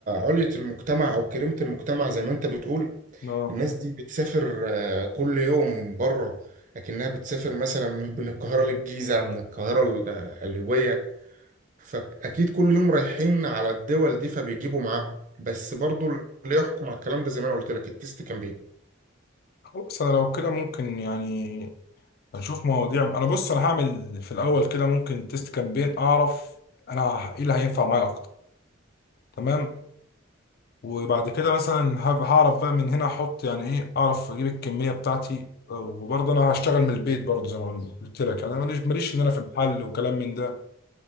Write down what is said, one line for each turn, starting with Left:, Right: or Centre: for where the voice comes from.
Right: علية المجتمع او كريمة المجتمع زي ما انت بتقول
Left: اه
Right: الناس دي بتسافر آه، كل يوم بره لكنها بتسافر مثلا من القاهرة للجيزة من القاهرة ال- آه، القليوبية فأكيد كل يوم رايحين على الدول دي فبيجيبوا معاهم بس برضو اللي يحكم على الكلام ده زي ما أنا قلت لك التست كان بيه
Left: خلاص انا لو كده ممكن يعني هنشوف مواضيع انا بص انا هعمل في الاول كده ممكن تيست كامبين اعرف انا ايه اللي هينفع معايا اكتر تمام وبعد كده مثلا هب- هعرف بقى من هنا احط يعني ايه اعرف اجيب الكميه بتاعتي وبرضه انا هشتغل من البيت برضه زي ما قلت لك انا ماليش ماليش ان انا في المحل وكلام من ده